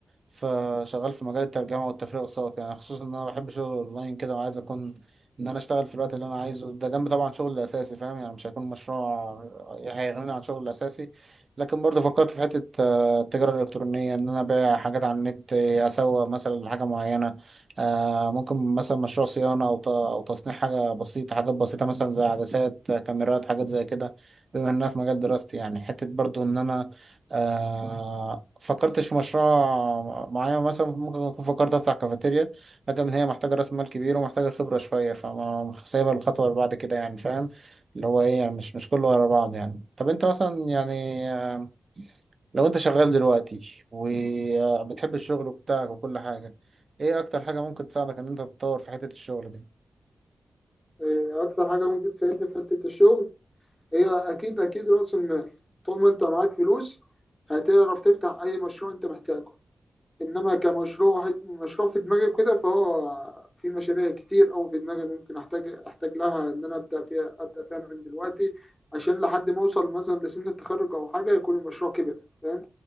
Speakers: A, on the right; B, on the left.
A: فشغال في مجال الترجمة والتفريغ الصوتي، يعني خصوصا ان انا بحب شغل اونلاين كده وعايز اكون ان انا اشتغل في الوقت اللي انا عايزه ده جنب طبعا شغل الاساسي فاهم يعني مش هيكون مشروع هيغنيني عن شغل الاساسي لكن برضه فكرت في حتة آه، التجارة الالكترونية ان انا ابيع حاجات على النت آه، اسوق مثلا لحاجة معينة آه، ممكن مثلا مشروع صيانة أو ت- أو تصنيع حاجة بسيطة حاجات بسيطة مثلا زي عدسات آه، كاميرات حاجات زي كده بما إنها في مجال دراستي يعني حتة برضو إن أنا آه، فكرتش في مشروع معين مثلا ممكن أكون فكرت أفتح كافيتيريا لكن هي محتاجة رأس مال كبير ومحتاجة خبرة شوية فما سايبها الخطوة اللي بعد كده يعني فاهم اللي هو إيه يعني مش مش كله ورا بعض يعني طب أنت مثلا يعني آه، لو انت شغال دلوقتي وبتحب الشغل بتاعك وكل حاجة ايه اكتر حاجة ممكن تساعدك ان انت تتطور في حتة الشغل دي
B: آه، أكتر حاجة ممكن تساعدني في حتة الشغل هي أكيد أكيد رأس المال طول ما أنت معاك فلوس هتعرف تفتح أي مشروع أنت محتاجه انما كمشروع مشروع في دماغي وكده فهو في مشاريع كتير او في دماغي ممكن احتاج احتاج لها ان انا ابدا فيها ابدا فيها من دلوقتي عشان لحد ما اوصل مثلا لسن التخرج او حاجه يكون المشروع كبر فاهم